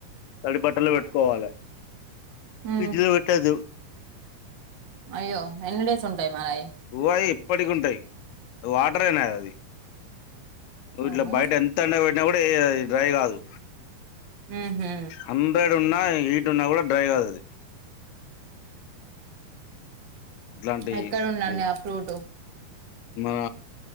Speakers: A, on the left; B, on the right.
A: తడి బట్టలు పెట్టుకోవాలి
B: ఉమ్
A: ఫ్రిడ్జ్ లో పెట్టదు
B: అయ్యో ఎన్ని డేస్ ఉంటాయి మరి అయి
A: గువాయి ఇప్పటికి ఉంటాయి వాటర్ నా అది నువ్వు
B: అవును
A: ఇట్లా బయట ఎంత ఎండ పెట్టినా కూడాది డ్రై కాదు
B: ఉహు
A: హండ్రెడ్ ఉన్నా హీట్ ఉన్నా కూడా డ్రై కాదు అది అట్లాంటి
B: ఎక్కడ ఉన్నాండి
A: అది
B: ఆ ఫ్రూట్
A: మన